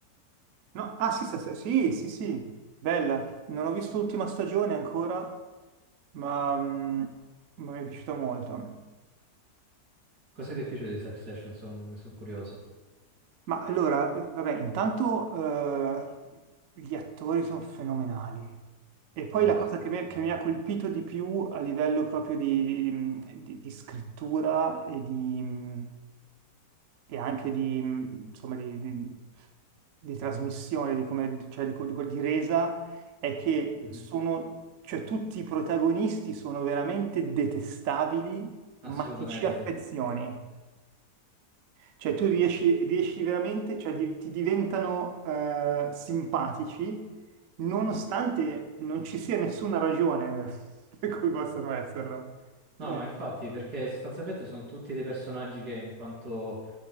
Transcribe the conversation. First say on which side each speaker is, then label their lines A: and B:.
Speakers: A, on the right; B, on the right.
A: No, ah, sì, stas- sì, sì, sì, bella. Non ho visto l'ultima stagione ancora, ma mm, ma mi è piaciuta molto.
B: Cosa ti è piaciuto di Succession? Sono curioso.
A: Ma allora, eh, vabbè, intanto eh, gli attori sono fenomenali. E poi
B: Beh,
A: la
B: sì,
A: cosa che mi,
B: quello
A: che
B: è vero.
A: mi ha colpito di più a livello proprio di, di- di di scrittura e, di- e anche di, insomma, di, di- di trasmissione, di, come, cioè di, co- di co- di resa, è che
B: Mhm.
A: sono, cioè, tutti i protagonisti sono veramente detestabili, ma
B: Assolutamente.
A: ti ci affezioni. Cioè, tu riesci, riesci veramente, cioè di- ti diventano eh, simpatici nonostante non ci sia nessuna ragione <laughs> per cui possano esserlo.
B: No,
A: Eh,
B: ma infatti, perché sostanzialmente sono tutti dei personaggi che, in quanto